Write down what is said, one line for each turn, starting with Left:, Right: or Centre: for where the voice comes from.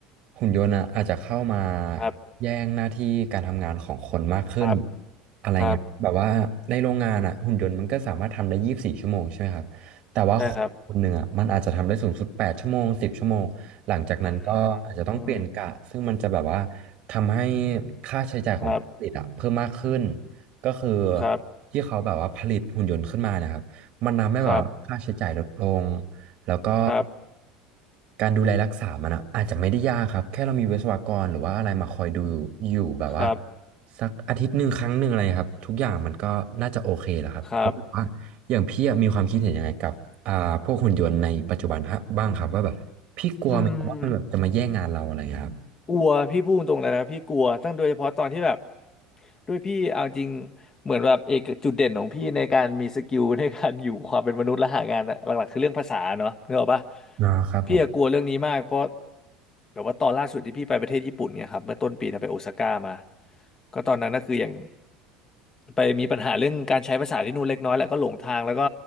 Right: หุ่นยนต์อะอาจจะเข้ามา
Left: ครับ
Right: แย่งหน้าที่การทำงานของคนมากขึ้น
Left: ครับ
Right: อะไรเงี้ยแบบว่าในโรงงานอ่ะหุ่นยนต์มันก็สามารถทำได้ยี่สิบสี่ชั่วโมงใช่ไหมครับแต่ว่าคนคนหนึ่งอ่ะมันอาจจะทำได้สูงสุดแปดชั่วโมงสิบชั่วโมงหลังจากนั้นก็อาจจะต้องเปลี่ยนกะซึ่งมันจะแบบว่า
Left: ครับใช่ครับอืมอืม
Right: ทำให้ค่าใช้จ่ายของผู้ผลิตอ่ะเพิ่มมากขึ้น
Left: ครับ
Right: ก็คือ
Left: ครับ
Right: ที่เขาแบบว่าผลิตหุ่นยนต์ขึ้นมาเนะครับมันทำให้แบบว่าค่าใช้จ่ายลดลง
Left: ครับ
Right: แล้วก็
Left: ครับ
Right: การดูแลรักษามันอะอาจจะไม่ได้ยากครับแค่เรามีวิศวกรหรือว่าอะไรมาคอยดูอยู่แบบว่า
Left: ครับ
Right: สักอาทิตย์หนึ่งครั้งหนึ่งอะไรครับทุกอย่างมันก็น่าจะโอเคแหละครับแล้วว่าอย่างพี่อะมีความคิดเห็นยังไงกับอ่าพวกหุ่นยนต์ในปัจจุบันฮะบ้างครับว่าแบบพี่กลัวไหมครับว่ามันแบบจะมาแย่งงานเราอะไรเงี้ยครับ
Left: ครับอืม กลัวพี่พูดตรงเลยนะพี่กลัวตั้งโดยเฉพาะตอนที่แบบด้วยพี่เอาจริงเหมือนแบบเอกจุดเด่นของพี่ในการมีสกิลในการอยู่ความเป็นมนุษย์และหางานอะหลักๆคือเรื่องภาษาเนาะนึกออกปะ
Right: อ่าครับผม
Left: พี่อะกลัวเรื่องนี้มากเพราะแบบว่าตอนล่าสุดที่พี่ไปประเทศญี่ปุ่นเนี่ยครับเมื่อต้นปีนะไปโอซาก้ามาก็ตอนนั้นก็คืออย่างไปมีปัญหาเรื่องการใช้ภาษาที่นู่นเล็กน้อยแหละก็หลงทางแล้วก็